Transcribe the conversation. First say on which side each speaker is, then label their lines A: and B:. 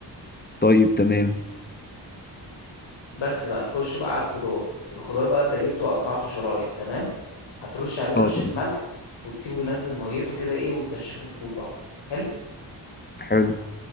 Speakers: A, on the left; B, on the left.
A: طيب تمام
B: بس بقى نخش بقى على الخضار الخضار بقى انت جبته وقطعته شرايح تمام هترش عليه رشة
A: اه طب
B: ملح وتسيبه ينزل ميته كده ايه وتنشفه في فوطة حلو
A: حلو